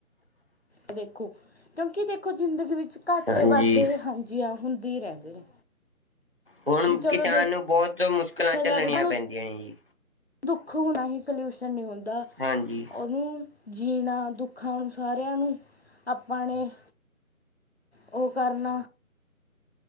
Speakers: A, on the left (about 50°); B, on the right (about 45°).
A: ਏ ਦੇਖੋ, ਕਿਉਂਕਿ ਦੇਖੋ ਜ਼ਿੰਦਗੀ ਵਿੱਚ ਘਾਟੇ-ਵਾਧੇ
B: ਹਾਂਜੀ
A: ਹਾਂਜੀ ਹਾਂ ਹੁੰਦੇ ਈ ਰਹੰਦੇ ਨੇ।
B: ਹੁਣ
A: ਵੀ ਚਲੋ
B: ਕਿਸਾਨ
A: ਦੇਖਿਆ
B: ਨੂੰ ਬਹੁਤ ਮੁਸ਼ਕਲਾਂ
A: ਜਾਵੇ
B: ਝੱਲਣੀਆਂ
A: ਤੁਹਾਨੂੰ
B: ਪੈਂਦੀਆਂ ਨੇ ਜੀ।
A: ਦੁੱਖ ਹੋਣਾ ਹੀ ਸਲਯੂਸ਼ਨ ਨਈ ਹੁੰਦਾ।
B: ਹਾਂਜੀ।
A: ਉਹਨੂੰ ਜੀਣਾ ਦੁੱਖਾਂ ਨੂੰ, ਸਾਰਿਆਂ ਨੂੰ ਆਪਾਂ ਨੇ ਉਹ ਕਰਨਾ।